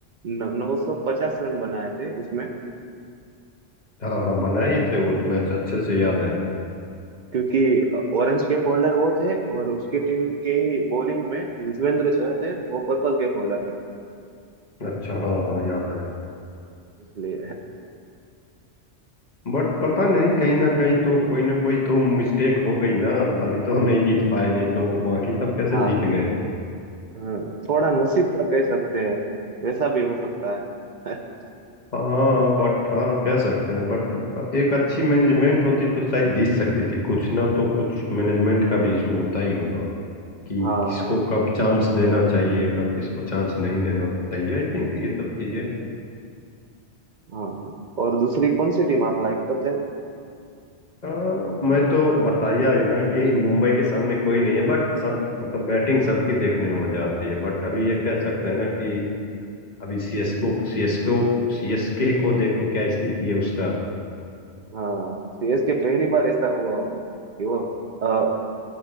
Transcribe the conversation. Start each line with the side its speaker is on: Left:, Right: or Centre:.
Right: नौ सौ पचास रन बनाए थे उसमें
Left: हाँ हाँ बनाए ही थे वो तो मैच अच्छे से याद है
Right: क्योंकि ऑरेंज के फोल्डर वो थे और उसके टीम के ही बॉलिंग में युजवेंद्र चहल है वो पर्पल के फोल्डर थे
Left: अच्छा हाँ हाँ याद आया
Right: इसलिए
Left: बट पता नहीं कहीं ना कहीं तो कोई ना कोई तो मिस्टेक हो गई ना तभी तो <laughs> नहीं जीत पाए नहीं तो बाकी सब कैसे
Right: हाँ
Left: जीत गए
Right: हाँ, थोड़ा नसीब का कह सकते हैं वैसा भी हो सकता है <laughs>
Left: हाँ बट हाँ कह सकते हैं बट एक अच्छी मैनेजमेंट होती तो शायद जीत सकती थी कुछ ना तो कुछ मैनेजमेंट का भी इशू होता ही होगा कि
Right: हाँ
Left: किसको
Right: और
Left: कब चांस देना चाहिए कब किसको चांस नहीं देना चाहिए आई थिंक ये सब चीजें
Right: हाँ हाँ। और दूसरी कौन सी टीम आप लाइक करते हो
Left: हाँ मैं तो बताया ही ना कि मुंबई के सामने कोई नहीं है बट सब मतलब बैटिंग सबकी देखने में मजा आती है बट अभी ये कह सकते हैं ना कि अभी सीएसको सीएसको सीएसके को देखो क्या स्थिति है उसका
Right: हाँ सीएसके पहली बार ऐसा हुआ होगा कि वो अ,